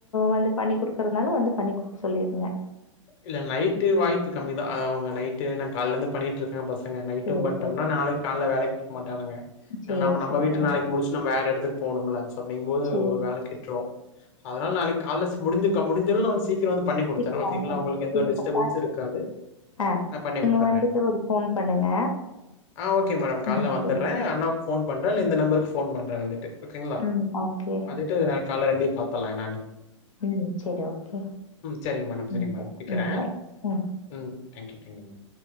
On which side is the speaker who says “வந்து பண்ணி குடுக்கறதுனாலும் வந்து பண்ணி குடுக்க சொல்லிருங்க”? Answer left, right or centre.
Left